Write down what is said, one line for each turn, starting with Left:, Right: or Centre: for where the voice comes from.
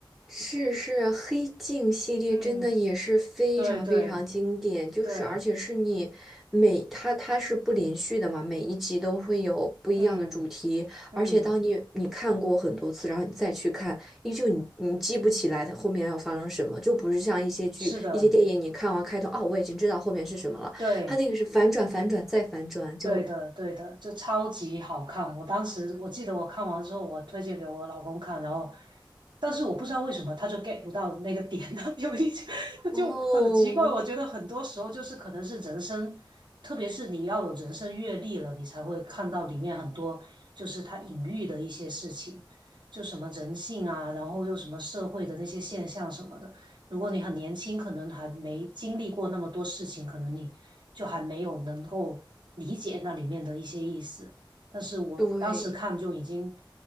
Centre: 是是，黑镜系列真的也是非常非常经典，
Right: 嗯，对对
Centre: 就是而且是你每它它是不连续的嘛，
Right: 对，
Centre: 每一集都会有不一样的主题，
Right: 嗯嗯，
Centre: 而且当你你看过很多次，然后你再去看，依旧你你记不起来它后面要发生什么，就不是像一些剧、
Right: 是的，
Centre: 一些电影，你看完开头，哦，我已经知道后面是什么了，
Right: 对。
Centre: 它那个是反转、反转再反转，就
Right: 对的，对的，就超级好看。我当时我记得我看完之后，我推荐给我老公看，然后，但是我不知道为什么他就 get 不到那个点，<laughs> 呢？有一些 <laughs>
Centre: 哦，
Right: 就很奇怪。我觉得很多时候就是可能是人生，特别是你要有人生阅历了，你才会看到里面很多就是他隐喻的一些事情，就什么人性啊，然后又什么社会的那些现象什么的。如果你很年轻，可能还没经历过那么多事情，可能你就还没有能够理解那里面的一些意思。但是我当时看就已经
Centre: 对，